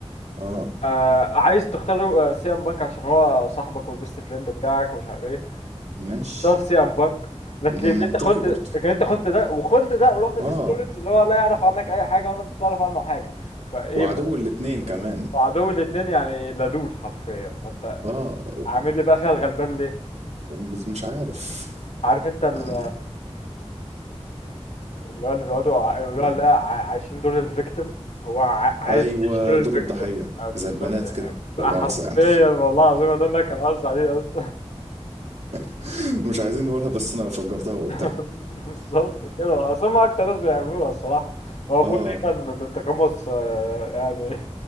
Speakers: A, on the right; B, on the left.
A: آه
B: آه عايز تختار رو- آه، سي ام بانك عشان هو صاحبك والبيست فريند بتاعك ومش عارف ايه
A: ماشي
B: طب سي ام بانك لكن
A: م- منطقي
B: انت خنت
A: برضه
B: لكن انت خنت ده وخنت ده ورحت لسيس
A: آه
B: رولينز اللي هو لا يعرف عنك اي حاجه ولا انت تعرف عنه حاجه فايه
A: وعدو الاتنين كمان
B: وعدو الاتنين يعني لدود حرفيا فانت
A: آه
B: عامل لي بقى فيها الغلبان ليه
A: بس مش عارف
B: عارف انت ال-
A: يعني
B: اللي هو اللي بيقعدوا ع- يقولوها
A: ليه
B: لا ع- عايشين دور الفيكتيم هو ع- عايز
A: ايوه
B: يعيش دور
A: دور
B: الفيكتيم
A: الضحيه
B: آه، بالظبط
A: زي البنات كده
B: بقى
A: لا مؤاخذه
B: حرفيا
A: يعني
B: والله العظيم هدول لك كان قصدي عليه اصلا
A: <laughs> مش عايزين نقولها بس انا فجرتها وقلتها
B: <laughs> بالظبط كده اصل هم اكتر ناس بيعملوها الصراحه هو
A: اه
B: بول دايما تتقمص آه، يعني